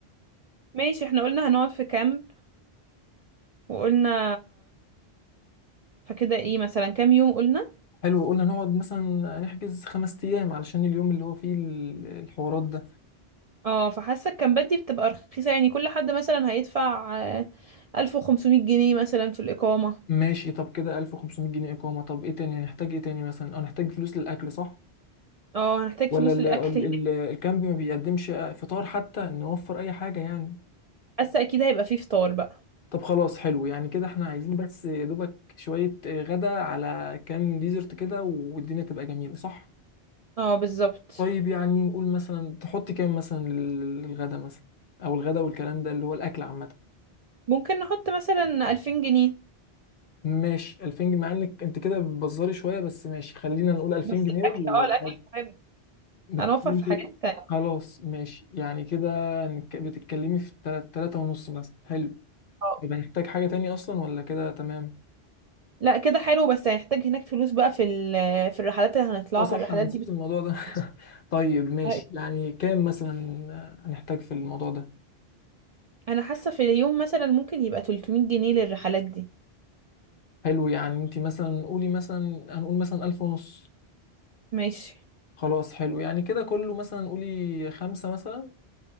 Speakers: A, on the right (about 55°); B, on the left (about 55°).
A: ماشي احنا قلنا هنقعد في كامب وقلنا فكده ايه مثلا كام يوم قلنا
B: حلو قلنا نقعد مثلا نحجز خمس أيام علشان اليوم اللي هو فيه ال- الحوارات ده
A: اه فحاسه الكامبات دي بتبقى رخيصه يعني كل حد مثلا هيدفع آه، ألف وخمسمية جنيه مثلا في الإقامة
B: ماشي طب كده 1500 جنيه إقامة طب ايه تاني هنحتاج ايه تاني مثلا اه هنحتاج فلوس للأكل صح؟
A: اه هنحتاج
B: ولا
A: فلوس
B: ال
A: للأكل
B: ال
A: هناك
B: ال الكامب ما بيقدمش فطار حتى نوفر أي حاجة يعني
A: حاسه أكيد هيبقى فيه فطار بقى
B: طب خلاص حلو يعني كده احنا عايزين بس يا دوبك شوية غدا على كام ديزرت كده والدنيا تبقى جميلة صح؟
A: اه بالظبط
B: طيب يعني نقول مثلا تحط كام مثلا لل- للغدا مثلا او الغدا والكلام ده اللي هو الاكل عامة
A: ممكن نحط مثلا ألفين جنيه
B: ماشي 2000 جنيه مع انك انت كده بتبزري شوية بس ماشي خلينا نقول 2000
A: بس
B: جنيه
A: الأكل
B: وعادي
A: اه الأكل مهم
B: بت-
A: هنوفر
B: انت
A: في حاجات تانية
B: خلاص ماشي يعني كده نك- بتتكلمي في تلاتة ونص مثلا حلو
A: اه
B: يبقى نحتاج حاجة تانية اصلا ولا كده تمام؟
A: لا كده حلو بس هنحتاج هناك فلوس بقى في ال- في الرحلات اللي هنطلعها
B: اه صح
A: الرحلات
B: انا نسيت
A: دي بتكون
B: الموضوع ده
A: فلوس.
B: <laughs> طيب ماشي
A: طيب.
B: يعني كام مثلا هنحتاج في الموضوع ده
A: أنا حاسة في اليوم مثلا ممكن يبقى 300 جنيه للرحلات دي
B: حلو يعني انت مثلا قولي مثلا هنقول مثلا ألف ونص
A: ماشي
B: خلاص حلو يعني كده كله مثلا قولي خمسة مثلا